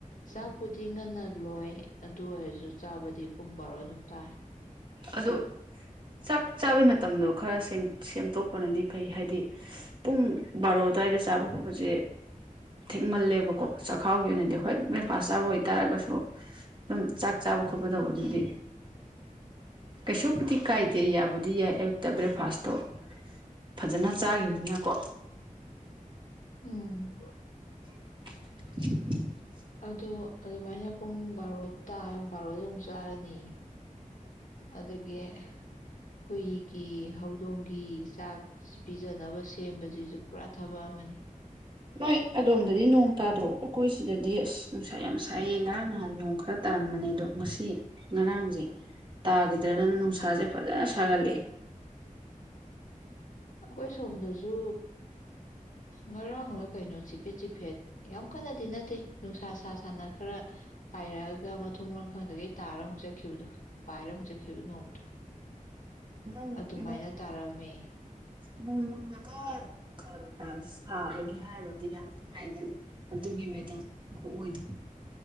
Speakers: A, on the left (about 70°); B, on the right (about 35°).
A: ꯆꯥꯛꯄꯨꯗꯤ
B: ꯎꯝ
A: ꯉꯟꯅ ꯂꯣꯏ ꯑꯗꯨ ꯑꯣꯏꯔꯁꯨ ꯆꯥꯕꯗꯤ ꯄꯨꯡ ꯕꯥꯔꯣ ꯑꯗꯨꯝ ꯇꯥꯏ
B: ꯑꯗꯨ ꯆꯥꯛ ꯆꯥꯕꯩ ꯃ ꯃꯇꯝꯗꯣ ꯈꯔ ꯁꯦꯝ ꯁꯦꯝꯗꯣꯛꯄꯅꯗꯤ ꯐꯩ ꯍꯥꯏꯗꯤ ꯄꯨꯡ ꯕꯥꯔꯣ ꯑꯗꯨꯋꯥꯏꯗ ꯆꯥꯕ ꯈꯣꯠꯄꯁꯦ ꯊꯦꯛꯃꯜꯂꯦꯕꯀꯣ ꯆꯈꯥꯎꯒꯤ ꯑꯣꯏꯅꯗꯤ ꯍꯣꯏ ꯕ꯭ꯔꯦꯛꯐꯥꯁ ꯆꯥꯕ ꯑꯣꯏꯇꯥꯥꯔꯒꯁꯨ ꯑꯗꯨꯝ ꯆꯥꯛ ꯆꯕ ꯈꯣꯠ ꯕꯗꯧꯕꯗꯨꯗꯤ ꯀꯩꯁꯨꯕꯨꯗꯤ ꯀꯥꯏꯗꯦ ꯌꯥꯕꯨꯗꯤ ꯌꯥꯏ ꯑꯌꯨꯛꯇ ꯕ꯭ꯔꯦꯛꯐꯥꯁꯇꯣ ꯐꯖꯅ ꯆꯥꯒꯤꯕꯅꯤꯅꯀꯣ
A: ꯎꯝ
B: <inaudible>
A: ꯑꯣ ꯑꯗꯨꯃꯥꯏꯅ ꯄꯨꯡ ꯕꯥꯔꯣ ꯕꯥꯔꯣꯗ ꯑꯃꯨꯛ ꯆꯥꯔꯅꯤ ꯑꯗꯒꯤ ꯍꯨꯏꯒꯤ ꯍꯧꯗꯣꯡꯒꯤ ꯆꯥꯛ ꯄꯤꯖꯅꯕ ꯁꯦꯝꯕꯁꯤꯁꯨ ꯄꯨꯔꯥ ꯊꯕꯛ ꯑꯃꯅꯤ
B: ꯅꯣꯏ ꯑꯗꯣꯝꯗꯗꯤ ꯅꯣꯡ ꯇꯥꯗ꯭ꯔꯣ ꯑꯩꯈꯣꯏ ꯁꯤꯗꯗꯤ ꯑꯁ ꯅꯨꯡꯁꯥ ꯌꯥꯝ ꯁꯥꯏꯑ ꯉꯔꯥꯡ ꯅꯍꯥꯟ ꯅꯣꯡ ꯈꯔ ꯇꯥꯔꯝꯕꯅꯦ ꯑꯗꯣ ꯉꯁꯤ ꯉꯔꯥꯡꯁꯦ ꯇꯥꯈꯤꯗ꯭ꯔꯗꯅ ꯅꯨꯡꯁꯥꯁꯦ ꯐꯖꯅ ꯁꯥꯒꯠꯂꯛꯑꯦ
A: ꯑꯩꯈꯣꯏ ꯁꯣꯝꯗꯁꯨ ꯉꯔꯥꯡꯂ ꯀꯩꯅꯣ ꯆꯤꯐꯦꯠ ꯆꯤꯐꯦꯠ ꯌꯥꯝ ꯀꯟꯅꯗꯤ ꯅꯠꯇꯦ ꯅꯨꯡꯁꯥ ꯁꯥ ꯁꯅ ꯈꯔ ꯄꯥꯏꯔꯛꯑꯒ ꯃꯊꯣꯡ ꯃꯔ ꯈꯪꯗꯒꯩ ꯇꯥꯔ ꯑꯃꯨꯛ ꯆꯠꯈꯤꯕꯗꯣ ꯄꯥꯏꯔ ꯑꯃꯨꯛ ꯆꯠꯈꯤꯕ ꯅꯣꯡꯗꯣ
B: <unintelligible>
A: ꯑꯗꯨꯃꯥꯏꯅ ꯇꯥꯔꯛꯑꯝꯃꯦ
B: ꯅꯣꯡꯃꯪꯉꯥꯒ ꯈꯔꯒ ꯁꯥꯕꯒꯤ ꯍꯥꯏꯔꯨꯔꯗꯤ ꯌꯥꯝ ꯅꯨꯡꯉꯥꯏꯒꯅꯦ ꯑꯗꯨꯒꯤ ꯋꯦꯗꯔꯥ ꯈꯨꯑꯣꯏꯗꯣ